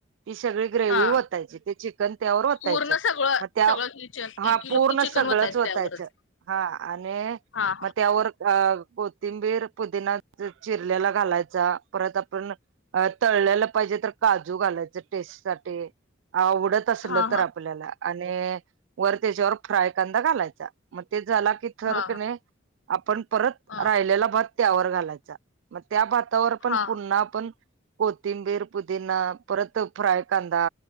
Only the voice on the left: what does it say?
हा
पूर्ण
सगळं
सगळं किचन
एक किलो
की चिकन
वतायचं
त्यावरच
हा
हा हा
हा
हा
हा